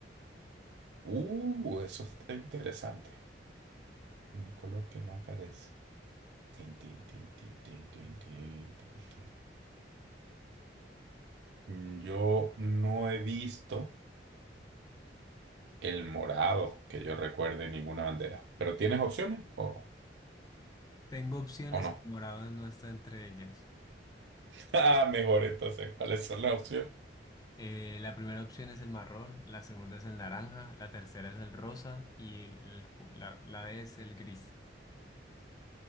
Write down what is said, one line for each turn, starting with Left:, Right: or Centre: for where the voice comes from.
Right: Uh, eso está interesante. Un color que no aparece. Tin, tin, tin, tin, tin, tin, tin, tin, tin. Mm, Yo no he visto. El morado, que yo recuerde ninguna bandera. ¿Pero tienes opciones o,
Left: Tengo opciones
Right: o no?
Left: y morado no está entre ellas.
Right: <laughs> Ah, mejor entonces, ¿cuáles son las opciones?
Left: Eh, la primera opción es el marrón, la segunda es el naranja, la tercera es el rosa y el cu- la, la D es el gris.